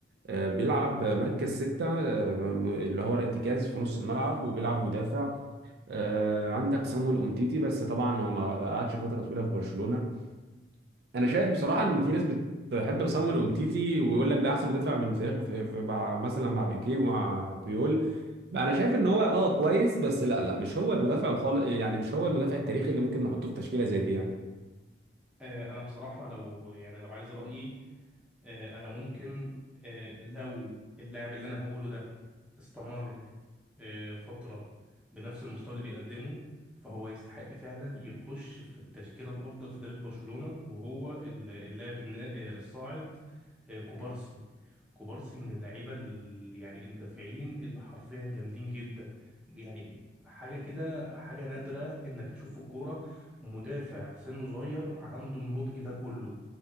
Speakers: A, on the right; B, in the centre.
A: آه، بيلعب مركز ستة آه، م- م- اللي هو ارتكاز في نص الملعب وبيلعب مدافع آه، عندك صامويل أومتيتي بس طبعا هو ما قعدش فترة طويلة في برشلونة انا شايف بصراحه ان في ناس بتحب بسام الامتيتي ويقول لك ده احسن مدافع من فريق في في- مع مثلا مع بيكيه ومع بيول بقى انا شايف ان هو اه كويس بس لا لا مش هو المدافع الخالق يعني مش هو المدافع التاريخي اللي ممكن نحطه في تشكيله زي دي يعني
B: آه انا بصراحة لو يعني لو عايز رأيي آه، انا ممكن آه، لو اللاعب اللي انا هقوله ده استمر آه، فترة بنفس المستوى اللي بيقدمه فهو يستحق فعلا يخش في التشكيلة الأفضل في تاريخ برشلونة وهو ال- اللاعب النا- آه، الصاعد آه، كوبارسي كوبارسي من اللعيبة ال- يعني المدافعين اللي حرفيا جامدين جدا يعني حاجة كده حاجة نادرة إنك تشوف في الكورة مدافع سنه صغير عنده النضج ده كله